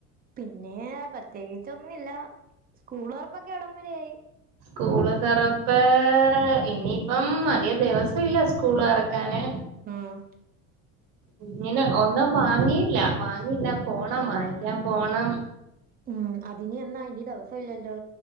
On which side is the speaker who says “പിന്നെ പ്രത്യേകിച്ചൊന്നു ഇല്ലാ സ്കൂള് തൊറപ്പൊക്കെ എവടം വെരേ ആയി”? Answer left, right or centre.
Right